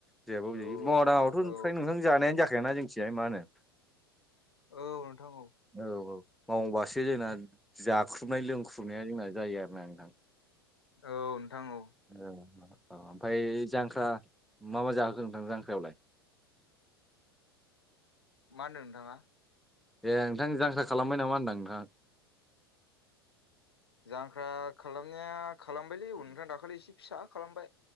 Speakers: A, in the centre; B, on the left (about 80°).
A: जायाबो
B: औ
A: जायो मावा दाङथ'
B: औ
A: फ्राय नोंथां जानायानो जाखाय ना जोंथिजाय मा होनो
B: औ नोंथां औ।
A: औ औ मावबासो जोंना जाख्रुबनाय लोंख्रुबनाया जोंना जायो आरोना नोंथां।
B: औ नोंथां औ‌
A: औ औ ओमफ्राय जांख्रा मा मा जाहोगोन नोंथां जांख्रायावलाय!
B: मा होन्दों नोंथाङा!
A: ए नोंथां जांख्रा खालामबाय नामा होनदां नोंथां।
B: जांख्रा खालामनाया खालामबायलै उनफ्राय दाखालि एसे फिसा खालामबाय।